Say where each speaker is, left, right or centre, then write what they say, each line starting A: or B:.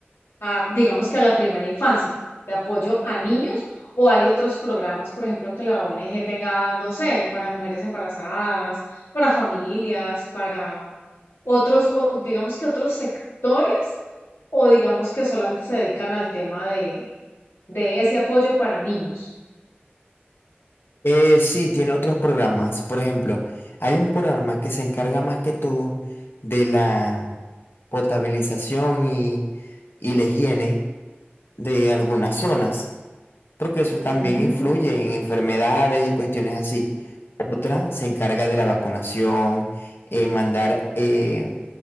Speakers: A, on the left; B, on the left.
A: a, digamos que a la primera infancia, de apoyo a niños, o hay otros programas, por ejemplo, que la ONG tenga, no sé, para mujeres embarazadas, para familias, para otros, o digamos que otros sectores, o digamos que solamente se dedican al tema de, de ese apoyo para niños.
B: Eh, sí, tiene otros programas. Por ejemplo, hay un programa que se encarga más que todo de la potabilización y, y la higiene de algunas zonas. porque eso también
A: Mm,
B: influye en enfermedades y cuestiones así. Otra se encarga de la vacunación, eh, mandar, eh,